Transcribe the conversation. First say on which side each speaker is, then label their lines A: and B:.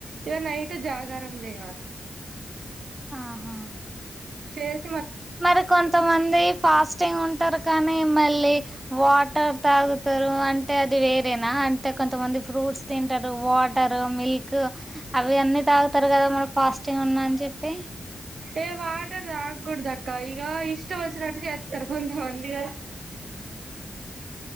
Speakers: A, on the right (about 75°); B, on the right (about 20°).
A: ఇగ నైట్ జాగారం చేయాలి
B: ఆహా
A: చేస్
B: మరి కొంతమంది ఫాస్టింగ్ ఉంటారు కానీ మళ్ళీ వాటర్ తాగుతారు అంటే అది వేర్ అంతేనా అంటే కొంతమంది ఫ్రూట్స్ తింటారు వాటర్ మిల్క్ అవి అన్నీ తాగుతారు కదా మన ఫాస్ట్ంగ్ ఉన్నా అని చెప్పి
A: ఏ వాటర్ తాగకూడదు అక్క ఇగ ఇష్ట వచ్చనట్టు చేత్తర్ కొంత మంది